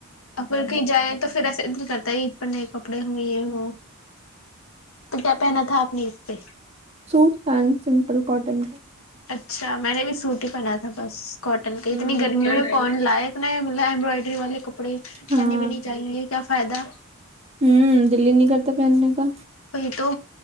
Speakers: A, on the left; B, on the right.
A: اور پھر کہیں جائیں تو پھر ایسے ادھر کرتا ہے عید پر نئے کپڑے ہوں یہ ہوں تو کیا پہنا تھا آپ نےید جی
B: سوٹ پین سمپل کاٹن
A: اچھا میں نے بھی سوٹی پہنا تھا بس کاٹن کا اتنی
B: ہاں
A: گرمی میں فون لائے ایمبرائڈری والے کو کپڑے
B: ہاں
A: نے بھینی چاہییںے کیا فائدہ
B: ہوں دلی نہیں کرتا پہننے کا
A: وہی تو